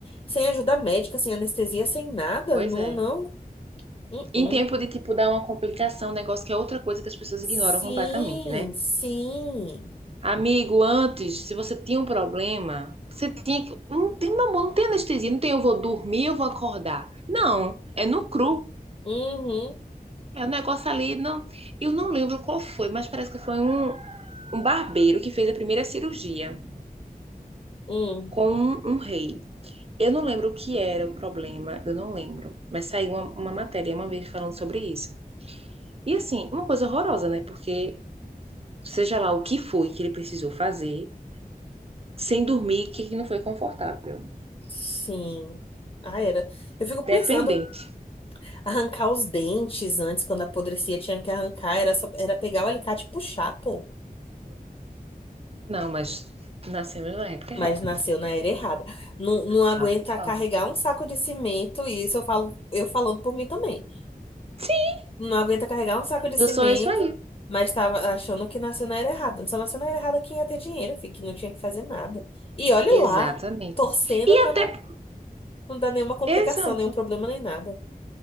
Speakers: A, on the left; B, on the right.
A: sem ajuda médica, sem anestesia, sem nada.
B: pois
A: Não,
B: é.
A: não. Hum, hum.
B: Em tempo de, tipo, dar uma complicação, um negócio que é outra coisa que as pessoas
A: Sim,
B: ignoram completamente, né?
A: sim.
B: Amigo, antes, se você tinha um problema, você tinha que. Não tem, meu amor, não tem anestesia, não tem eu vou dormir, eu vou acordar. Não, é no cru.
A: Uhum,
B: É um negócio ali, não. Eu não lembro qual foi, mas parece que foi um, um barbeiro que fez a primeira cirurgia
A: hum.
B: com um, um rei. Eu não lembro o que era o problema, eu não lembro. Mas saiu uma, uma matéria uma vez falando sobre isso. E assim, uma coisa horrorosa, né? Porque seja lá o que foi que ele precisou fazer, sem dormir, que não foi confortável.
A: Sim. Ah, era. Eu fico pensando,
B: Dependente.
A: arrancar os dentes antes, quando apodrecia, tinha que arrancar. Era só, era pegar o alicate e puxar, pô.
B: Não, mas nascemos na época
A: Mas
B: errada.
A: nasceu na era errada. Não, não aguenta
B: Ah, por favor.
A: carregar um saco de cimento, e isso eu falo, eu falando por mim também.
B: Sim,
A: Não aguenta carregar um saco de
B: eu
A: cimento,
B: sou isso aí.
A: mas estava achando que nasceu na era errada. Só nasceu na era errada quem ia ter dinheiro, fi, que não tinha que fazer nada. E olhe
B: Exatamente.
A: lá, torcendo
B: E
A: pra
B: até.
A: não, não dar nenhuma complicação,
B: Exato.
A: nenhum problema, nem nada.